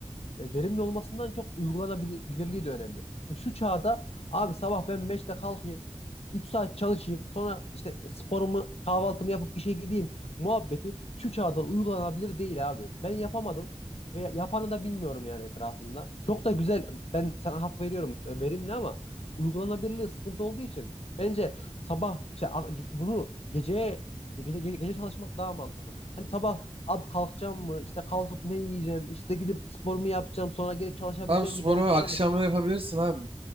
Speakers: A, on the left; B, on the right.
A: e, verimli olmasından çok uygulanabilirliği de önemli. Yani Şu çağda abi sabah ben 5'te kalkayım, 3 saat çalışayım, sonra işte sporumu, kahvaltımı yapıp işe gideyim muhabbeti şu çağda uygulanabilir değil abi. Ben yapamadım ve yapanı da bilmiyorum yani etrafımda. Çok da güzel, ben sana hak veriyorum, e, verimli ama uygulanabilirliği sıkıntı olduğu için bence sabah şey, a- bunu geceye gece, gece, gece çalışmak daha mantıklı. Hani sabah Abi kalkacağım mı? İşte kalkıp ne yiyeceğim? İşte gidip spor mu yapacağım? Sonra gelip çalışabileceğim
B: Abi sporu
A: mi derdinden
B: akşamları
A: öte.
B: yapabilirsin abi.